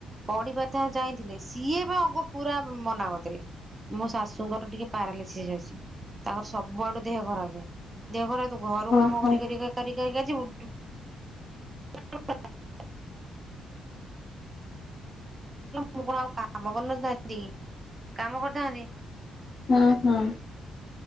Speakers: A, on the right; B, on the left.
A: ପଢିବାର ତାହା ଚାଇଁଥିଲେ। ସିଏ ବା ଆଗ ପୁରା ମନା କରିଦେଲେ, ମୋ ଶାଶୁଙ୍କର ଟିକେ ପାରାଲିଶିଶ ଅଛି। ତାଙ୍କର ସବୁଆଡୁ ଦେହ ଖରାପ ଦେହ ଖରାପ। ତୁ ଘରୁ
B: ଓହୋ
A: କାମ କରିକରିକା କରିକା ଯିବୁ। <unintelligible> ମୁ କଣ ଆଉ କାମ କରିନଥାନ୍ତି କାମ କରିଥାନ୍ତି।
B: ହଁ ହଁ।